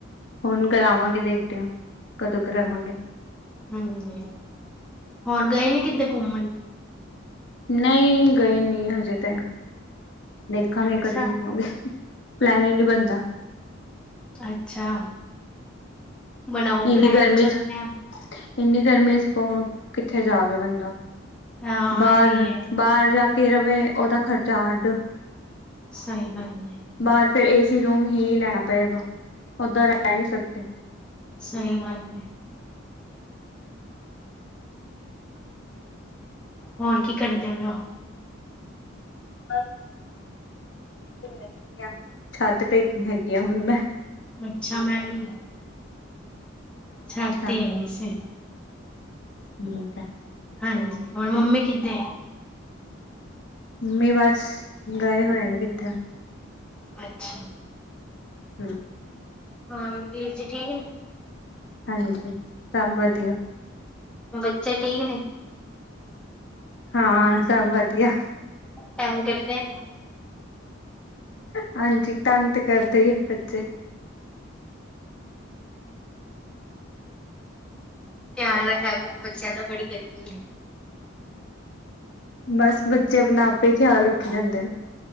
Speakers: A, on the left; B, in the centre.
A: ਹੁਣ ਕਰਾਵਾਂਗੇ ਦੇਖਦੇ ਆਂ, ਕਦੋਂ ਕਰਾਵਾਂਗੇ।
B: ਹਾਂਜੀ, ਹੁਣ ਗਏ ਨੀ ਕਿਤੇ ਘੁੰਮਣ?
A: ਨਹੀਂ ਗਏ ਨਹੀਂ ਹਜੇ ਤੇ। ਦੇਖਾਂਗੇ
B: ਅੱਛਾ
A: ਕਦੀ ਜਾਵਾਂਗੇ, ਪਲੈਨ ਹੀ ਨੀ ਬਣਦਾ।
B: ਅੱਛਾ ਅੱਛਾ। ਬਣਾਓ
A: ਇੰਨੀ
B: ਪਲੈਨ
A: ਗਰਮੀ
B: ਚੱਲਣੇ
A: ਚ,
B: ਆ
A: ਇੰਨੀ ਗਰਮੀ ਚ ਕੌਣ ਕਿੱਥੇ ਜਾਵੇ ਬੰਦਾ।
B: ਹਾਂ
A: ਬਾਹਰ
B: ਇਹ ਵੀ ਹੈ
A: ਬਾਹਰ ਜਾ ਕੇ ਰਵੇ, ਉਹਦਾ ਖ਼ਰਚਾ ਅੱਡ।
B: ਸਹੀ ਗੱਲ ਏ।
A: ਬਾਹਰ ਚ ਫਿਰ ਏਸੀ ਰੂਮ ਹੀ ਲੈਣਾ ਪਏਗਾ, ਉਧਰ ਰਹਿ ਨਹੀਂ ਸਕਦੇ।
B: ਸਹੀ ਗੱਲ ਐ। ਹੋਰ ਕੀ ਕਰਦੇ ਵਯੋ?
A: ਬਸ <unintelligible> ਛੱਤ ਟੇਕਣੀ ਹੈਗੀ ਆ ਹੁਣ ਮੈਂ।
B: ਅੱਛਾ ਮੈਂ ਵੀ, ਛੱਤ
A: ਅੱਛਾ
B: ਤੇ ਹੈਗੀ ਸੀ
A: ਠੀਕ ਆ।
B: ਹਾਂਜੀ, ਹੋਰ ਮੰਮੀ ਕਿਥੇ
A: ਮਮੀ ਬਸ ਗਏ ਹੋਏ ਨੇ ਕਿੱਥੇ।
B: ਅੱਛਾ
A: ਹੂ
B: ਹਾਂ, ਵੀਰ ਜੀ ਠੀਕ ਨੇ।
A: ਹਾਂਜੀ ਸਭ ਵਧੀਆ
B: ਬੱਚੇ ਠੀਕ ਨੇ?
A: ਹਾਂ ਸਭ ਵਧੀਆ।
B: ਟਾਈਮ ਕੱਢਦੇ-
A: ਹਾਂਜੀ ਤੰਗ ਤੇ ਕਰਦੇ ਹੀ ਨੇ ਬੱਚੇ।
B: ਧਿਆਨ ਰੱਖਿਆ ਕਰੋ ਬੱਚਿਆਂ ਦਾ ਬੜੀ ਗਰਮੀ ਐ।
A: ਬਸ ਬੱਚੇ ਆਪਣਾ ਆਪੇ ਖਿਆਲ ਰੱਖੀ ਜਾਂਦੇ ਨੇ।